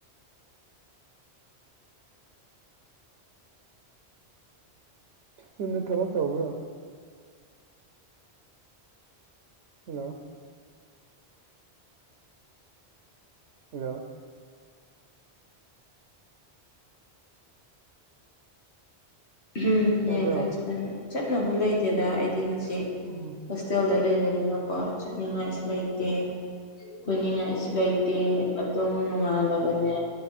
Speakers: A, on the right (about 80°); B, on the left (about 75°).
A: ꯌꯨꯝꯗ ꯊꯕꯛ ꯇꯧꯕ꯭ꯔꯣ ꯍꯜꯂꯣ ꯍꯜꯂꯣ
B: ꯎꯝ ꯍꯌꯦꯡ
A: ꯇꯥꯕ꯭ꯔꯣ
B: ꯀꯥꯏ ꯆꯠꯀꯅꯤ ꯆꯠꯅꯕ ꯂꯩꯇꯦꯗ ꯑꯩꯗꯤ ꯍꯧꯖꯤꯛ
A: ꯎꯝ
B: ꯍꯣꯁꯇꯦꯜꯗ ꯂꯩꯕꯅꯤꯅꯀꯣ ꯆꯠꯅꯤꯡꯉꯥꯏꯁꯨ ꯂꯩꯇꯦ ꯀꯅꯤꯡꯉꯥꯏꯁꯨ ꯂꯩꯇꯦ ꯑꯗꯨꯝ ꯅꯣꯡꯉꯥꯜꯂꯒꯅꯦ